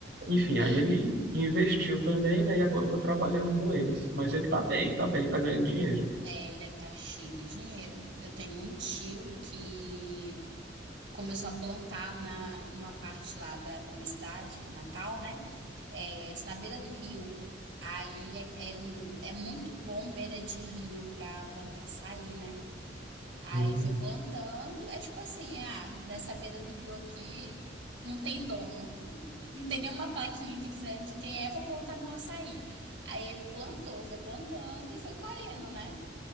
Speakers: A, on the right; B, on the right.
A: Enfim,
B: Sim.
A: aí ele investiu também, né? E agora tá trabalhando com eles. Mas ele tá bem, tá bem, tá ganhando dinheiro.
B: É, ele deve estar cheio de dinheiro. Eu tenho um tio que começou a plantar na, numa parte lá da, da minha cidade, Natal, né? é, assim, na beira do rio. Aí é, é, é muito bom beira de rio pra plantar açaí, né? Aí
A: Hum,
B: ele foi plantando, é tipo assim, ah, nessa beira do rio aqui não tem dono. Não tem nenhuma plaquinha aqui dizendo de quem é, vou plantar meu açaí. Aí ele plantou, foi plantando e foi colhendo, né?